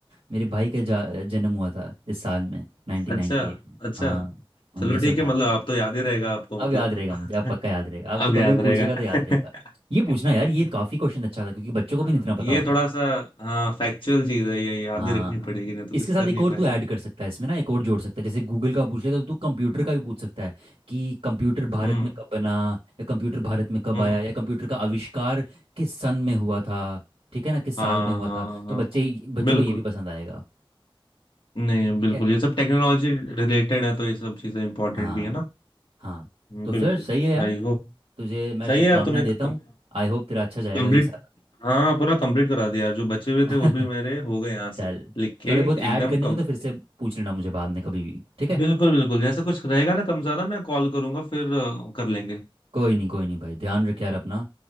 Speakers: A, on the right; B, on the left.
A: मेरे भाई का जा, जन्म हुआ था इस साल में 1998
B: अच्छा
A: में
B: अच्छा
A: हाँ
B: चलो
A: उन्नीस
B: ठीक
A: सौ अठानवे
B: है मतलब आप तो याद ही रहेगा आपको
A: अब
B: मतलब
A: याद रहेगा मुझे अब
B: <laughs>
A: पक्का याद रहेगा अब
B: अब
A: तो कभी
B: याद
A: भी
B: रहेगा
A: पूछेगा तो याद रहेगा ये
B: <laughs>
A: पूछना यार ये काफ़ी क्वेश्चन अच्छा था क्योंकि बच्चों
B: हाँ,
A: को भी नहीं इतना
B: ये
A: पता होता
B: थोड़ा सा हाँ फैक्चुअल चीज है ये याद
A: हाँ
B: ही रखनी पड़ेगी नहीं तो
A: इसके
B: कुछ कर
A: साथ एक
B: नहीं
A: और
B: पाएंगे
A: तू ऐड कर सकता है इसमें ना एक और जोड़ सकता है जैसे गूगल का पूछ ले तो तू कंप्यूटर का भी पूछ सकता है कि कंप्यूटर भारत
B: हम्म
A: में कब बना या कंप्यूटर भारत में कब
B: हम्म
A: आया या कंप्यूटर का आविष्कार किस सन में हुआ था ठीक है ना किस
B: हाँ
A: साल में हुआ
B: हाँ
A: था
B: हाँ
A: तो बच्चे
B: हाँ।
A: बच्चों
B: बिल्कुल
A: को ये भी पसंद आएगा
B: नहीं
A: ठीक
B: बिल्कुल
A: है
B: ये सब टेक्नोलॉजी रिलेटेड है तो ये सब चीजें इंपॉर्टेंट
A: हाँ
B: भी है ना
A: हाँ तो
B: बिल्कुल
A: फिर सही है यार
B: भाई हो
A: तुझे मैं
B: सही
A: शुभकामनाएं
B: है यार तूने
A: देता
B: कम-
A: हूँ आई होप तेरा अच्छा जाएगा
B: कंप्लीट
A: ये सारा
B: हाँ पूरा कंप्लीट करा दिया जो बचे हुए
A: <laughs>
B: थे वो भी मेरे हो गए यहाँ
A: चल
B: से लिख के
A: थोड़े बहुत
B: एकदम
A: ऐड करने
B: कम
A: को तो फिर से पूछ लेना मुझे बाद में कभी भी ठीक है
B: बिल्कुल बिल्कुल जैसे कुछ रहेगा ना कम ज्यादा मैं कॉल करूंगा फिर अ, कर लेंगे
A: कोई नहीं कोई नहीं भाई ध्यान रख यार अपना